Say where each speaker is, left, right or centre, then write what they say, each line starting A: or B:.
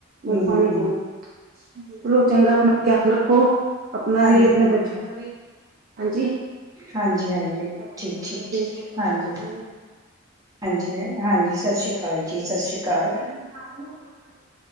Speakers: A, on the right; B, on the right.
A: ਮਸ
B: ਹੂੰ
A: ਪਾਣੀ ਬਹੁਤ ਚਲੋ ਚੰਗਾ ਆਪਣਾ ਧਿਆਨ ਰੱਖੋ ਆਪਣਾ
B: ਹਾਂਜੀ
A: ਵੀ ਆਪਣੇ
B: ਹਾਂਜੀ ਹਾਂਜੀ
A: ਬੱਚਿਆਂ ਦਾ ਵੀ ਹਾਂਜੀ।
B: ਹਾਂਜੀ ਹਾਂਜੀ
A: ਕਰ
B: ਠੀਕ
A: ਕੋਈ
B: ਠੀਕ ਠੀਕ
A: ਬਿਲਕੁਲ ਕਰਾਂਗੇ
B: ਹਾਂਜੀ
A: ਜੋ
B: ਹਾਂਜੀ, ਹਾਂਜੀ ਸਤਿ ਸ਼੍ਰੀ ਅਕਾਲ ਜੀ ਸਤਿ ਸ਼੍ਰੀ ਅਕਾਲ।
A: <unintelligible>